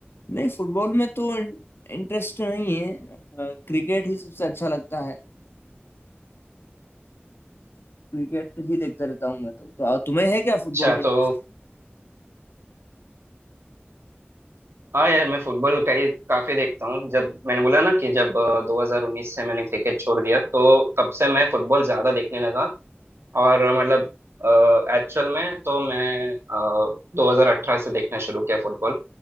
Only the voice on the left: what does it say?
नहीं फुटबॉल में तो इंटरेस्ट नहीं है क्रिकेट ही सबसे अच्छा लगता है क्रिकेट ही देखता रहता हूँ मैं तो, तो तुम्हें है क्या
फुटबॉल में इंटरेस्ट